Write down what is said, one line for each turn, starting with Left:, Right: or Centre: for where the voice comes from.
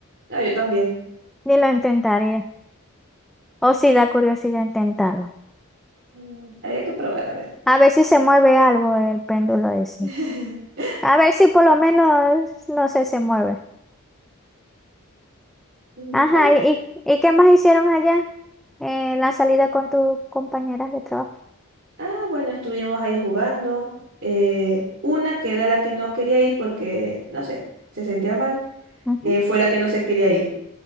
Right: Ah, yo también.
Centre: ni lo intentaría. O si da curiosidad intentarlo.
Right: Mm, Había que probar, a ver.
Centre: A ver si se mueve algo el péndulo ese.
Right: <laughs>
Centre: A ver si por lo menos, no sé, se mueve.
Right: Mm,
Centre: Ajá,
Right: Puede ser.
Centre: ¿y, y qué más hicieron allá en la salida con tus compañeras de trabajo?
Right: Ah, bueno, estuvimos ahí jugando. Eh, una que era la que no quería ir porque, no sé, se sentía mal,
Centre: Ujú.
Right: eh, fue la que no se quería ir.